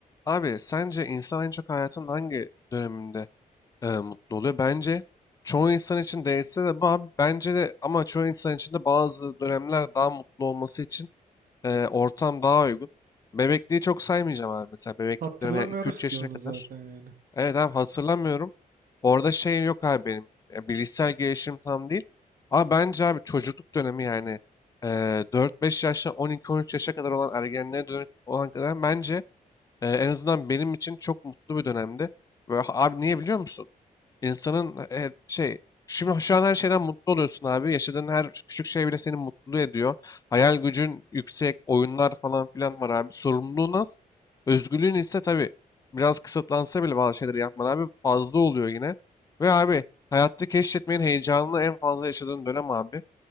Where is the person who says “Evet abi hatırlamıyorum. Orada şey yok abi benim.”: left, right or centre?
Left